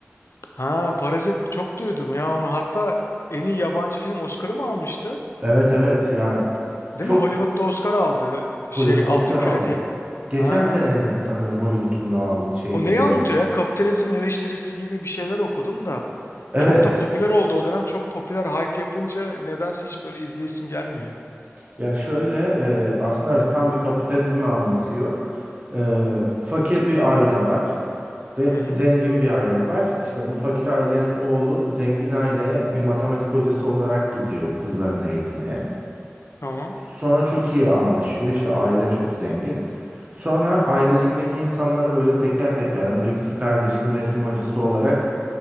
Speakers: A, on the left (about 70°); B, on the right (about 35°).
A: Ha Parazit çok duydum ya onu hatta en iyi yabancı film Oscar'ı mı almıştı?
B: Evet evet ya
A: Değil
B: çok
A: mi? Hollywood'da Oscar aldı
B: Hollywood'da
A: şey Altın
B: Oscar
A: Küre
B: aldı.
A: değil.
B: Geçen
A: Ha.
B: senenin sanırım Hollywood'un da al şey
A: O neyi
B: e,
A: anlatıyor ya? Kapitalizmin eleştirisi gibi bir şeyler okudum da.
B: evet
A: Çok da popüler oldu o dönem. Çok popüler hype yapınca nedense hiç böyle izleyesim gelmiyor.
B: Ya şöyle e, aslında evet tam bir kapitalizmi anlatıyor. E, fakir bir aile var ve
A: Hı hı.
B: zengin bir aile var. İşte bu fakir ailenin oğlu zengin aileye bir matematik hocası olarak gidiyor kızlarını eğitmeye.
A: Tamam.
B: Sonra çok iyi anlaşıyor. İşte aile çok zengin. Sonra ailesindeki insanları böyle teker teker önce kız kardeşinin resim hocası olarak